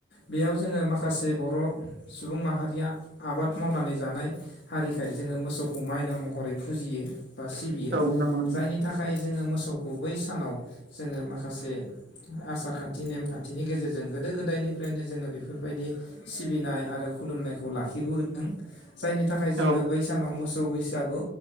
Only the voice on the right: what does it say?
औ नंगौ औ
औ